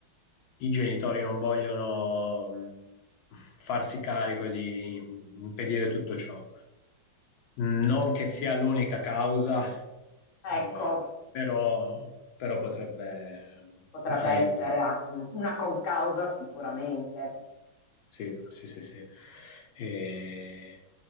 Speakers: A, on the left; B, on the left.
A: i genitori non vogliono mh, farsi carico di impedire tutto ciò. Non che sia l'unica causa, eh,
B: Ecco,
A: però, però potrebbe
B: potrebbe
A: aiutare.
B: essere a- una concausa sicuramente.
A: Sì, sì, sì, sì. E